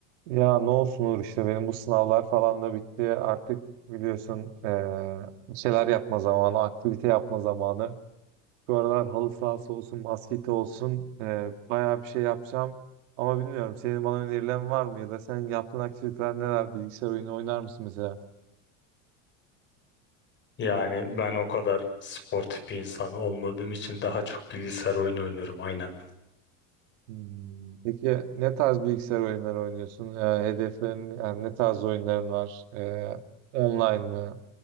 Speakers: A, on the right; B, on the left.
A: Ya ne olsun Uğur işte benim bu sınavlar falan da bitti. Artık biliyorsun eee, bir şeyler yapma zamanı, aktivite yapma zamanı. Bu aralar halı sahası olsun, basketi olsun eee bayağı bir şey yapacağım. Ama bilmiyorum senin bana önerilerin var mı ya da senin yaptığın aktiviteler neler? Bilgisayar oyunu oynar mısın mesela?
B: Yani ben o kadar sportif bir insan olmadığım için daha çok bilgisayar oyunu oynuyorum aynen.
A: Hmm, Peki ne tarz bilgisayar oyunları oynuyorsun? Eee, hedeflerin yani ne tarz oyunların var? Eee, online mı